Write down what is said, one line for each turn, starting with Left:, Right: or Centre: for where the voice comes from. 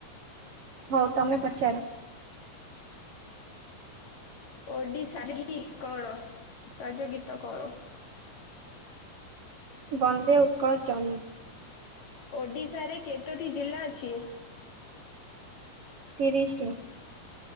Right: ହୋଉ ତମେ ପଚାର?
Left: ଓଡିଶା ରି ରି କଣ ରାଜ ଗୀତ କଣ?
Right: ବନ୍ଦେ ଉତ୍କଳ ଜନୀ
Left: ଓଡିଶାରେ କେତୋଟି ଜିଲ୍ଲା ଅଛି?
Right: ତିରିଶଟି।